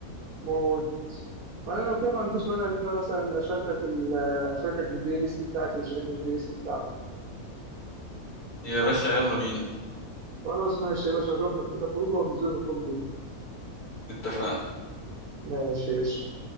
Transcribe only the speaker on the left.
يا باشا يلا بينا
اتفقنا